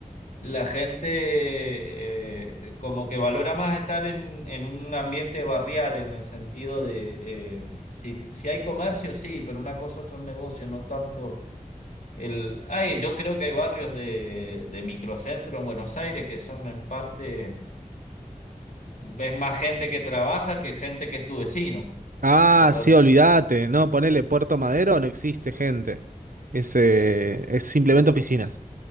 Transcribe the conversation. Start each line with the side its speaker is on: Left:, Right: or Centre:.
Left: la gente eh, eh, como que valora más estar en, en un ambiente barrial, en el sentido de, eh, si, si hay comercio, sí, pero una cosa son negocios, no tanto... El, ay, yo creo que hay barrios de, de microcentro en Buenos Aires que son en parte Ves más gente que trabaja que gente que es tu vecino.
Right: Ah,
Left: Por, por darte-
Right: sí, olvídate. No, ponele Puerto Madero, no existe gente. Es, eh, es simplemente oficinas.